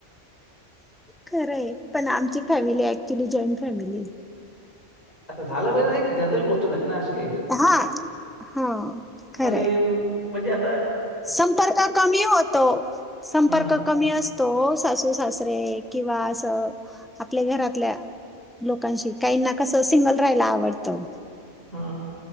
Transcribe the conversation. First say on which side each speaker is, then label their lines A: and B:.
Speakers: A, in the centre; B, on the left (about 35°).
A: खरं आहे, पण आमची फॅमिली ऍक्च्युली जॉईंट फॅमिली आहे.
B: आता झालं पाहिजे जनरल गोष्ट झाली ना अशी?
A: हा हा खरंय
B: आणि म्हणजे आ
A: संपर्क कमी होतो, संपर्क
B: हम्म
A: कमी असतो सा सासरे किंवा असं आपल्या घरातल्या लोकांशी काहींना कसं सिंगल राहायला आवडतं.
B: हा.